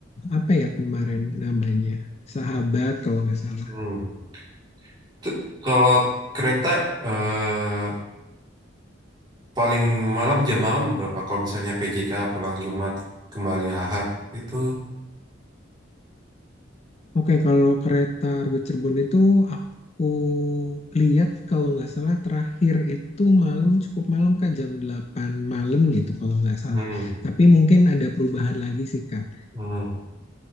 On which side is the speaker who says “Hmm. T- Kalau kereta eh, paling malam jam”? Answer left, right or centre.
Right